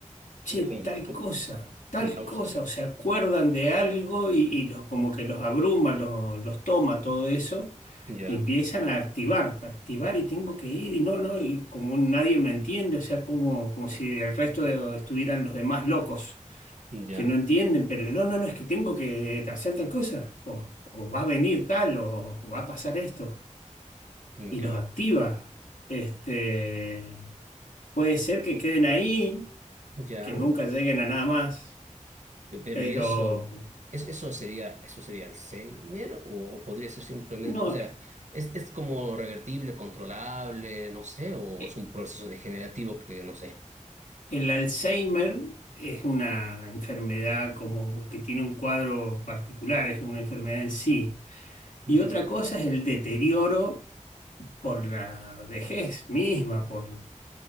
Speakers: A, on the left; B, on the right.
A: che,
B: ya como,
A: tal
B: como,
A: cosa, tal
B: como una obsesión.
A: cosa, o se acuerdan de algo y, y los- como que los abruma, los, los toma todo eso
B: Ya,
A: y empiezan a activar, a activar y tengo que ir y no, no, y como nadie me entiende, o sea, como, como si el resto de, estuvieran los demás locos
B: ya,
A: que no entienden, pero no, no, no, es que tengo que hacer tal cosa, o, o va a venir tal, o, o va a pasar esto,
B: mm,
A: y
B: claro.
A: los activa. Este, puede ser que queden ahí,
B: Ya,
A: que nunca lleguen a nada más
B: pe- pero
A: pero
B: ¿y eso? ¿Es, eso sería, eso sería Alzheimer o, o podría ser simplemente,
A: no,
B: o sea, es, es como revertible, controlable, no sé, o
A: eh,
B: es un proceso degenerativo que no sé.
A: el Alzheimer es una enfermedad como que tiene un cuadro particular, es una enfermedad en sí. Y
B: Ujú,
A: otra cosa es el deterioro por la vejez misma, por